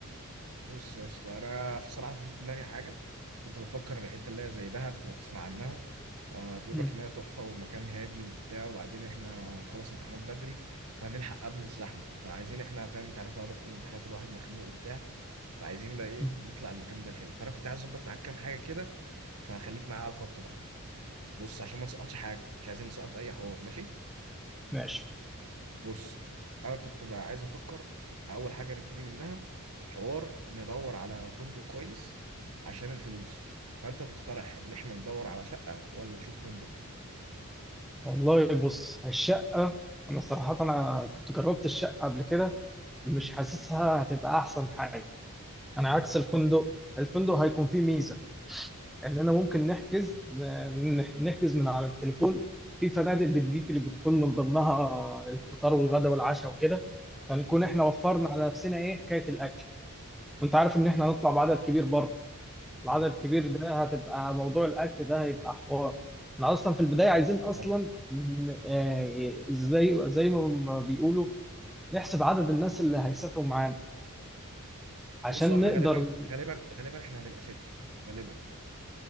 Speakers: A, on the right; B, in the centre.
A: بص يا اسطى انا بصراحه في في دماغي حاجه كنت بفكر الحته اللي هي زي دهب لو تسمع عنها آه بيقول
B: مم.
A: لك ان هي تحفه ومكان هادي وبتاع وبعدين احنا نخلص امتحانات بدري فهنلحق قبل الزحمه فعايزين احنا فاهم انت عارف بقى ضغط الامتحانات والواحد مخنوق وبتاع فعايزين بقى ايه
B: مم.
A: نطلع المكان ده الحلو فانا كنت عايز اظبط معاك كام حاجه كده فخليك معايا على الخط بقى بص عشان ما نسقطش حاجه مش عايزين نسقط اي حوار ماشي
B: ماشي
A: بص انا كنت بقى عايز افكر اول حاجه نبتدي منها حوار ندور على فندق كويس عشان الفلوس فانت تقترح ان احنا ندور على شقه ولا نشوف فندق
B: والله بص الشقة أنا صراحة أنا كنت جربت الشقة قبل كده مش حاسسها هتبقى أحسن حاجة أنا
A: مم.
B: عكس الفندق الفندق هيكون فيه ميزة إننا ممكن نحجز ن- نح- نحجز من على التليفون في فنادق بتجيك اللي بتكون من ضمنها الفطار والغداء والعشاء وكده فنكون
A: مم.
B: إحنا وفرنا على نفسنا إيه حكاية الأكل وأنت عارف إن إحنا هنطلع بعدد كبير بره العدد
A: مم.
B: الكبير ده هتبقى موضوع الاكل ده هيبقى حوار احنا اصلا في البدايه عايزين
A: اه
B: اصلا
A: طبعا
B: ن- آه، زي زي ما ما بيقولوا نحسب عدد الناس اللي هيسافروا معانا عشان
A: بص هو احنا
B: نقدر
A: غالبا غالبا غالبا احنا هنبقى ستة غالبا